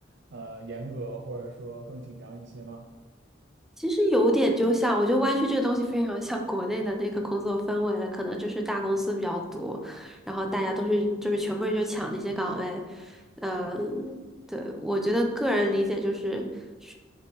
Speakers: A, on the right; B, in the centre.
A: 呃严格，或者说更紧张一些吗？
B: 其实有点就像，我觉得湾区这个东西非常像国内的那个工作氛围了，可能就是大公司比较多，然后大家都是就是全部人就抢那些岗位，嗯、对，我觉得个人理解就是，是